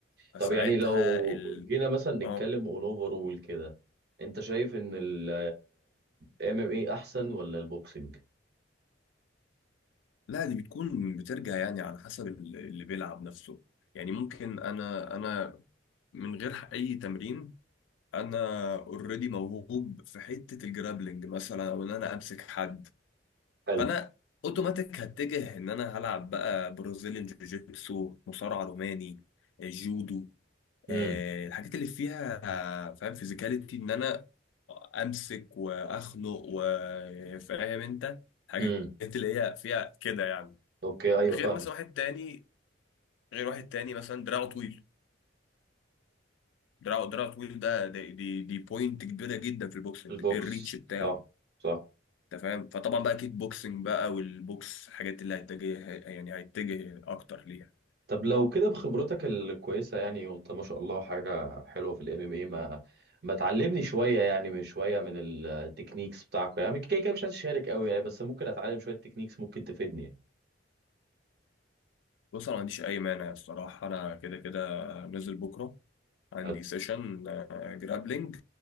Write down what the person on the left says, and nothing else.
فساعتها
ال
اه
لا دي بتكون بترجع يعني على حسب ال- اللي بيلعب نفسه يعني ممكن انا انا من غير اي تمرين انا اوريدي موهوب في حتة الجرابلنج مثلا او ان انا امسك حد
فانا اوتوماتيك هتجه ان انا هلعب بقى برازيليان جوجيتسو مصارع روماني جودو
آه، الحاجات اللي فيها فاهم فيزيكاليتي ان انا امسك واخنق وفاهم انت الحاجات
اللي هي فيها كده يعني
غير
مثلا واحد تاني غير واحد تاني مثلا دراعه طويل دراعه دراعه طويل ده دي دي, دي بوينت كبيره جدا في البوكسنج
الريتش بتاعه
انت فاهم فطبعا بقى كيك بوكسنج بقى والبوكس الحاجات اللي هيتجه يعني هيتجه اكتر ليها
بص انا ما عنديش اي مانع الصراحه انا كده كده نازل بكره عندي
سيشن جرابلينج